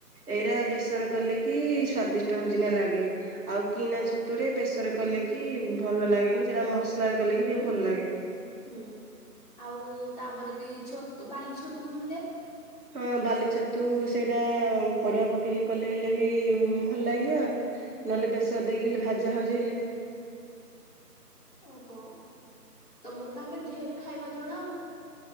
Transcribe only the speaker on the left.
ହୁଁ
ହୁଁ-ହୁଁ
ଆଉ ତାପରେ ବି ଛତୁ ବାଲି ଛତୁ ବି ମିଳେ,
ଅ ହଁ ତମକୁ ତାହେଲେ ଢେର ଖାଇବା ଜଣା ଆଉ,